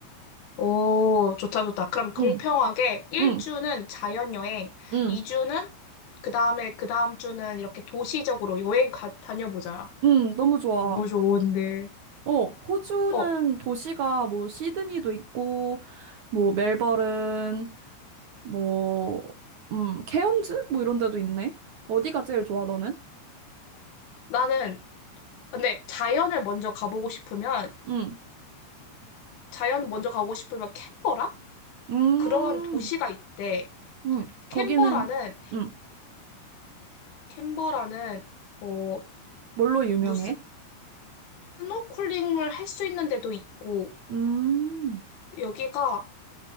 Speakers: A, on the left (about 85°); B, on the right (about 75°).
A: 오, 좋다, 좋다. 그럼 공평하게
B: 응,
A: 1주는
B: 응,
A: 자연 여행,
B: 응,
A: 2주는 그 다음에 그 다음 주는 이렇게 도시적으로 여행 가, 다녀보자.
B: 응, 너무 좋아.
A: 너무 좋은데.
B: 어, 호주는
A: 어,
B: 도시가 뭐 시드니도 있고 뭐 멜버른 뭐 음, 케언즈 뭐 이런 데도 있네. 어디가 제일 좋아 너는?
A: 나는 근데 자연을 먼저 가보고 싶으면
B: 응.
A: 자연 먼저 가고 싶으면 캔버라?
B: 음.
A: 그러한 도시가 있대.
B: 음.
A: 캔버라는,
B: 거기는 응.
A: 캔버라는, 어,
B: 뭘로 유명해?
A: 무슨 스노클링을 할 수 있는 데도 있고,
B: 음,
A: 여기가,